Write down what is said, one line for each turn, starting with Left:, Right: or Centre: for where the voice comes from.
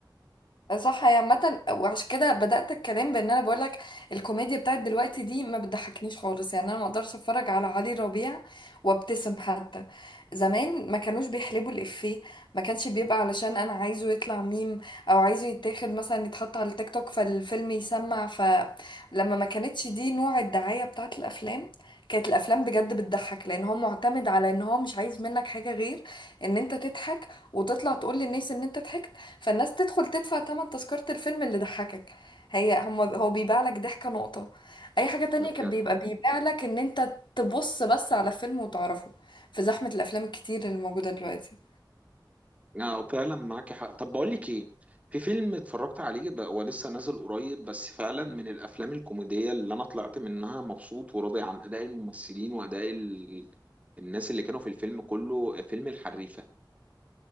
Left: صح هي عامة وعشان كده بدأت الكلام بان انا بقولك الكوميديا بتاعت دلوقتي دي ما بتضحكنيش خالص يعني انا ما اقدرش اتفرج على علي ربيع وابتسم حتى زمان ما كانوش بيحلبوا الإفيه ما كانش بيبقى علشان انا عايزه يطلع ميم او عايزه يتاخد مثلا يتحط على التيك توك فالفيلم يسمع فلما ما كانتش دي نوع الدعاية بتاعت الافلام كانت الافلام بجد بتضحك لان هو معتمد على ان هو مش عايز منك حاجة غير ان انت تضحك وتطلع تقول للناس ان انت ضحكت فالناس تدخل تدفع تمن تذكرة الفيلم اللي ضحكك هي هم هو بيبيع لك ضحكة نقطة أي حاجة تانية
Right: طلعت
Left: كان بيبقى بيبيع لك إن أنت تبص بس على فيلم وتعرفه في زحمة الأفلام الكتير اللي موجودة دلوقتي
Right: اه فعلا معاك حق طب بقول لك ايه في فيلم اتفرجت عليه بقى هو لسه نازل قريب بس فعلا من الافلام الكوميديه اللي انا طلعت منها مبسوط وراضي عن اداء الممثلين واداء ال... الناس اللي كانوا في الفيلم كله فيلم الحريفه